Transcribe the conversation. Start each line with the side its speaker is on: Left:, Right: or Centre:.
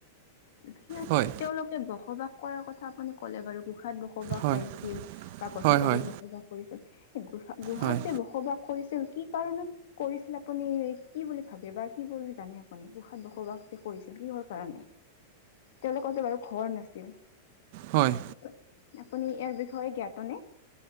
Left: সি
Right: হয়
Left: তেওঁলোকে বসবাস কৰাৰ কথা আপুনি ক'লে বাৰু গোঁসাত দোষ বসবাস
Right: হয়
Left: কৰিছিল বা গছৰ
Right: হয়
Left: তলত
Right: হয়
Left: বসবাস কৰিছিল। এ গু গুহাত
Right: হয়
Left: যে বসবাস কৰিছিল কি কাৰণত কৰিছিল? আপুনি কি বুলি ভাবে বা কি বুলি জানে আপুনি গুসাত বসবাস যে কৰিছিল কিহৰ কাৰণে? তেওঁলোকতে বাৰু ঘৰ নাছিল।
Right: হয়।
Left: আপুনি ইয়াৰ বিষয়ে জ্ঞাতনে?